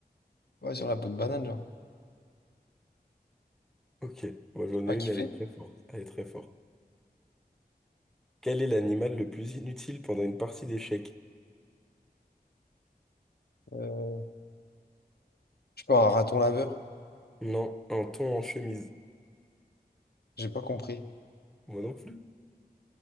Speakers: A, on the left; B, in the centre.
A: Ouais, sur la peau de banane, genre.
B: Ok, moi j'en
A: T'as pas
B: ai
A: kiffé?
B: une, elle est très forte. Elle est très forte. Quel est l'animal le plus inutile pendant une partie d'échecs?
A: Euh, je sais pas, un raton laveur?
B: Non, un thon en chemise.
A: J'ai pas compris.
B: Moi non plus.